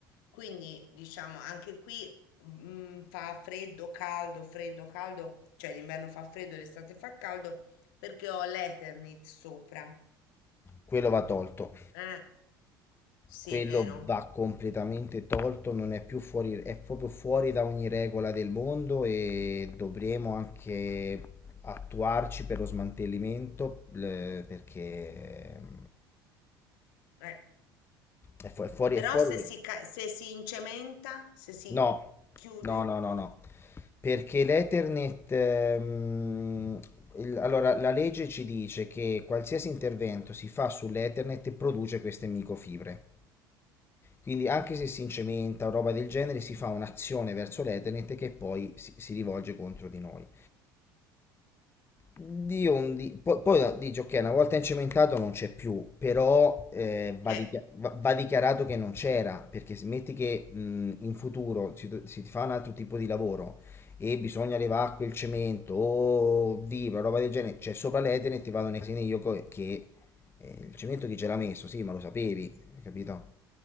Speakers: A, on the left; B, on the left.
A: quindi diciamo anche qui mm, fa freddo, caldo, freddo, caldo, cioè l'inverno fa freddo, l'estate fa caldo perché ho l'Eternit sopra.
B: Quello va tolto.
A: Eh, sì,
B: Quello
A: vero.
B: va completamente tolto, non è più fuori, è proprio fuori da ogni regola del mondo e dovremo anche attuarci per lo smantellimento le- perché ehm,
A: Eh,
B: è fu- è fuori,
A: Però
B: è fuori.
A: se
B: legge.
A: si, ca- se si incementa, se si
B: No,
A: chiude,
B: no, no, no, no, perché l'Ethernet, ehm, il- allora la legge ci dice che qualsiasi intervento si fa sull'Ethernet produce queste microfibre. Quindi anche se si incementa o roba del genere, si fa un'azione verso l'Ethernet che poi si, si rivolge contro di noi. Di ondi, poi, poi dice ok, una volta incementato non c'è più, però eh, va,
A: eh,
B: dichia- va- va dichiarato che non c'era, perché se metti che mh, in futuro si, si fa un altro tipo di lavoro e bisogna levare quel cemento o vibra, roba del genere, c'è sopra l'Ethernet e ti vado nei casini io co- che eh, il cemento chi ce l'ha messo? Sì, ma lo sapevi, capito?